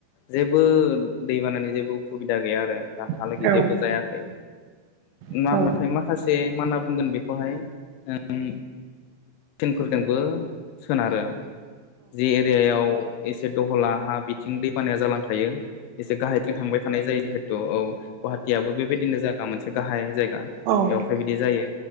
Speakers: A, on the left; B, on the right.
A: जेबो दै बानानि जेबो उखुबिदा गैया आरो दाहालागै
B: हागोन
A: जेबो जायाखै
B: औ
A: नाथाय माखासे मा होनना बुंगोन बेखौहाय ओम थिनफोरजोंबो सोनारो जि एरियायाव एसे दहला हा बिथिं दैबानाया जालांखायो एसे गाहायथिं थांबाय थानाय जायो जिहेथु औ गुवाहाटियाबो बेबायदिनो जागा मोनसे गाहाय जायगा
B: औ
A: बेवहाय बिदि जायो